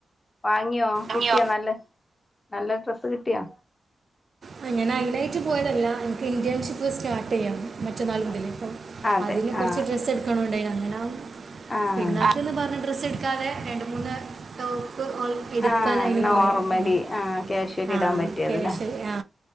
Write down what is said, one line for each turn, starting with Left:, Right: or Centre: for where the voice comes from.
Left: വാങ്ങിയോ കിട്ട്യോ
Right: ഇനിയോ
Left: നല്ല നല്ല ഡ്രസ്സ് കിട്ട്യോ
Right: ആഹ് ഞാൻ അയ്നാറ്റ് പോയതല്ല ഇൻക്ക് ഇൻ്റേൺഷിപ്പ് സ്റ്റാർട്ട് ചെയ്യണം. മറ്റന്നാള് മുതല്
Left: അതെ
Right: അപ്പം
Left: അതെ
Right: അതിന് കുറച്ച്
Left: ആഹ്
Right: ഡ്രസ്സ് എടു ക്ക‌ണണ്ടോയിനു അങ്ങനാ
Left: ആഹ്
Right: പിള്ളേർക്കെന്നു പറഞ്ഞ് ഡ്രസ്സ്‌ എടു ക്കാതെ രണ്ട് മൂന്ന് ടോപ്പ് ഓൾ എടുക്കാൻ
Left: ആഹ്
Right: അതിന്
Left: നോർമലി
Right: പോയത് അങ്ങനെ.
Left: ആഹ് കാഷ്വലി
Right: ആ
Left: ഇടാൻ പറ്റിയത്
Right: ക്യാഷ്
Left: ഇല്ലേ
Right: ആ